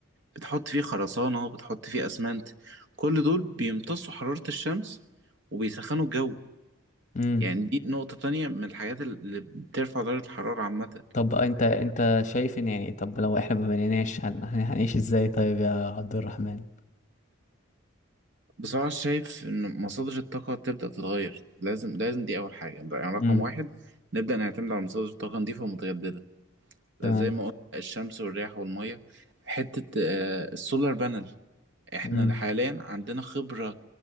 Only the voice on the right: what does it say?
بتحط فيه خرسانة وبتحط فيه أسمنت كل دول بيمتصوا حرارة الشمس وبيسخنوا الجو
يعني دي نقطة تانية من الحاجات اللي بترفع درجة الحرارة عامة
فبصراحة شايف إن مصادر الطاقة تبدأ تتغير لازم لازم دي أول حاجة يعني رقم
واحد نبدأ نعتمد على مصادر الطاقة نظيفة ومتجددة
زي ما قلنا الشمس والرياح والميه حته آه، السولار بانل احنا
حاليا عندنا خبره